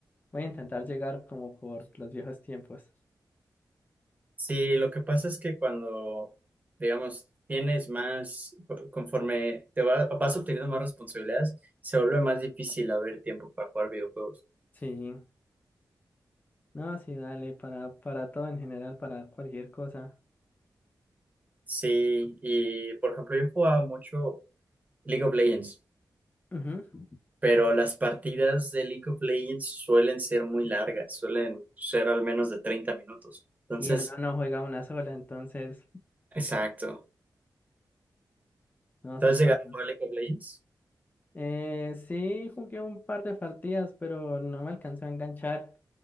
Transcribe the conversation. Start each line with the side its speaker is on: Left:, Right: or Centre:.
Left: Voy a intentar llegar como por los viejos tiempos.
Right: Sí, lo que pasa es que cuando, digamos, tienes más, co- conforme te va- vas obteniendo más responsabilidades, se vuelve más difícil haber tiempo para jugar videojuegos.
Left: Sí, no, sí, dale, para, para todo en general, para cualquier cosa.
Right: Sí, y por ejemplo, yo jugaba mucho League of Legends,
Left: Ujú.
Right: pero las partidas de League of Legends suelen ser muy largas, suelen ser al menos de 30 minutos. Entonces,
Left: Y uno no juega una sola, entonces,
Right: exacto.
Left: no,
Right: ¿Tú
Left: sí
Right: has
Left: pasa.
Right: llegado a jugar League of Legends?
Left: Eh, sí, jugué un par de partidas, pero no me alcanzó a enganchar.